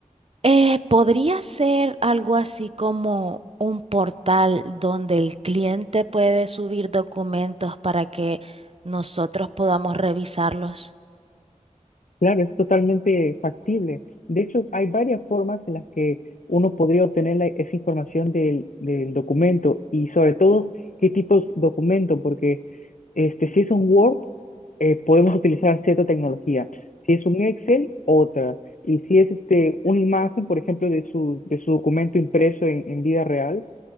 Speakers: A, on the right; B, on the left.
A: Eh, podría ser algo así como un portal donde el cliente puede subir documentos para que nosotros podamos revisarlos.
B: Claro, es totalmente factible. De hecho, hay varias formas en las que uno podría obtener la- esa información del, del documento y sobre todo qué tipo de documento, porque este, si es un Word, eh, podemos <laughs> utilizar cierta tecnología. Si es un Excel, otra. Y si es este, una imagen, por ejemplo, de su, de su documento impreso en, en vida real,